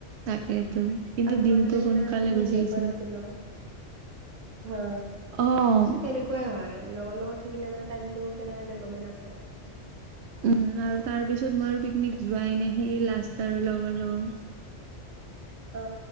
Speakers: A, on the right (about 70°); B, on the right (about 85°).
A: তাকেতো কিন্তু
B: আৰু মই
A: দিনটো
B: মানে সেনে
A: সোনকালে
B: পিকনিক
A: গুচি
B: যাই
A: গৈছিল
B: পোৱা নাছিলো। হ
A: অ উম
B: তেনেকুৱাই হয় লগৰ লগত থাকিলে মানে টাইমটো কেনেকে যায় গম নাপায়।
A: উম, আৰু তাৰ পিছত মই আৰু পিকনিক যোৱাই ন সেই লাষ্ট আৰু লগৰ লগৰ।
B: আ